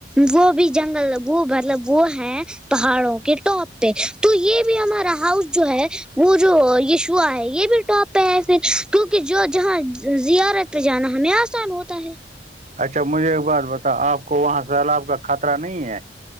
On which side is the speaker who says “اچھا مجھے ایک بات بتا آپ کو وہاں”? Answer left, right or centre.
Right